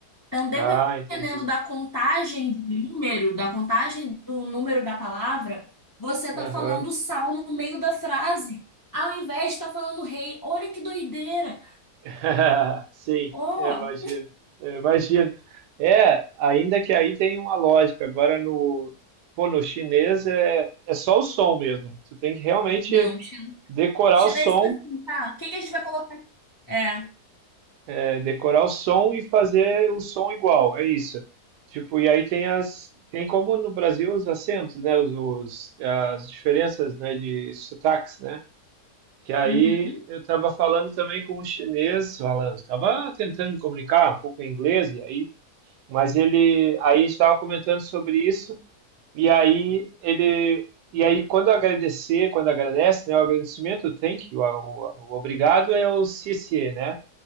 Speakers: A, on the left; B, on the right.
A: Então, dependendo
B: Ah, entendi.
A: da contagem de número, da contagem do número da palavra, você tá
B: Aham.
A: falando sal no meio da frase, ao invés de estar falando rei. Olha que doideira!
B: <laughs> Sim,
A: Oh,
B: eu imagino. Eu imagino. É, ainda que aí tem uma lógica. Agora no, pô, no chinês é, é só o som mesmo. Tu tem que realmente
A: não, chin-
B: decorar
A: chinês
B: o som
A: tá assim, tá? O que que a gente vai colocar? É.
B: É decorar o som e fazer o som igual, é isso. Tipo, e aí tem as, tem como no Brasil os acentos, né, os, os- as diferenças, né, de sotaques, né? Que aí
A: uhum.
B: eu estava falando também com um chinês, falando, estava tentando me comunicar um pouco em inglês e aí, mas ele, aí estava comentando sobre isso e aí ele, e aí quando agradecer, quando agradece, né, o agradecimento, o thank you, o, o, o obrigado é o CC, né?